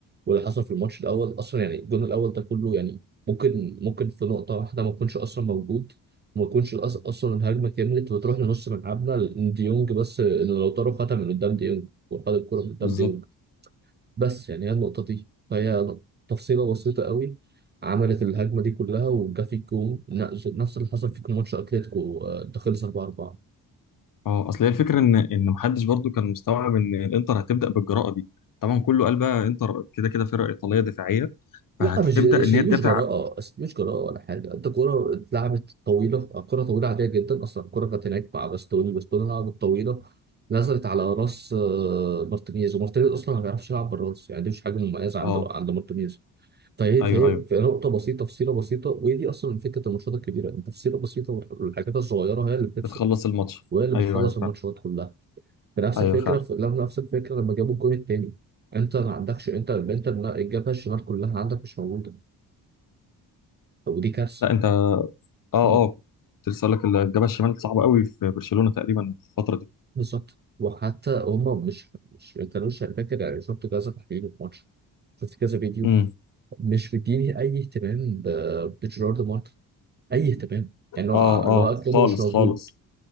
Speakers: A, on the right (about 25°); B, on the left (about 55°).
A: واللي حصل في الماتش الاول اصلا يعني الجون الاول ده كله يعني ممكن ممكن في نقطه واحده ما يكونش اصلا موجود وما يكونش الأص- اصلا الهجمه كملت وتروح لنص ملعبنا لأن ديونج بس ان لوتارو خدها من قدام ديونج وخد الكره من قدام
B: بالظبط
A: ديونج بس يعني هي النقطه دي فهي تفصيله بسيطه قوي عملت الهجمه دي كلها وجا في الجون نفس نفس اللي حصل في ماتش اتلتيكو آه، ده خلص 4
B: اه اصل هي الفكره ان ان محدش برضو كان مستوعب ان الانتر هتبدا بالجراءه دي طبعا كله قال بقى انتر كده كده فرقه ايطاليه دفاعيه
A: لا
B: فهتبدا
A: مش مش
B: ان
A: دي
B: هي تدافع
A: مش جراءة أصل دي مش جراءة ولا حاجة أنت كرة اتلعبت طويلة كرة طويلة عادية جدا أصلا الكرة كانت هناك مع باستوني باستوني لعبت طويلة نزلت على راس آه، مارتينيز ومارتينيز أصلا ما بيعرفش يلعب بالراس يعني دي مش حاجة مميزة عند
B: اه
A: عند مارتينيز فهي
B: ايوه
A: فهي
B: ايوه
A: في نقطة بسيطة تفصيلة بسيطة وهي دي أصلا فكرة الماتشات الكبيرة أنت تفصيلة بسيطة والحاجات الصغيرة هي اللي بتفصل
B: بتخلص الماتش
A: وهي اللي بتخلص
B: ايوه ايوه
A: الماتشات
B: فعلا
A: كلها بنفس
B: ايوه
A: الفكرة
B: فعلا
A: في لما- نفس الفكرة لما جابوا الجون التاني أنت ما عندكش أنت أنت الجبهة الشمال كلها عندك مش موجودة ودي كارثه
B: لا انت اه اه
A: مم.
B: كنت لسه اقول لك الجبهه الشمال صعبه قوي في برشلونه تقريبا في الفتره دي
A: بالظبط وحتى هم مش مش ما كانوش يعني فاكر يعني شفت كذا تحليل في ماتش شفت كذا فيديو
B: امم
A: مش مديني اي اهتمام ب- بجيرارد مارتن اي اهتمام يعني اللي
B: اه
A: هو اللي
B: اه
A: هو كانه
B: خالص
A: مش موجود
B: خالص